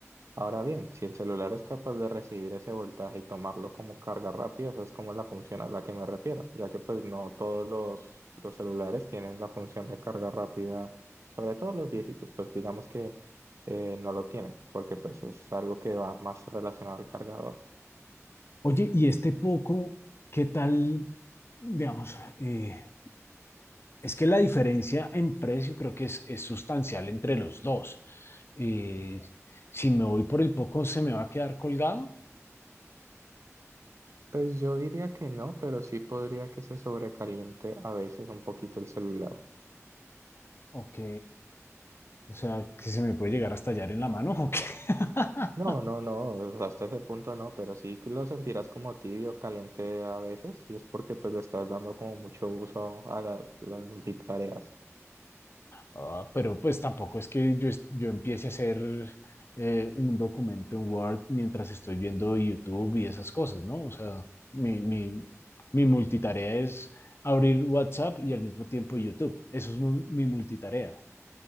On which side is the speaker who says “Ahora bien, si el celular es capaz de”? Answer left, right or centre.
Right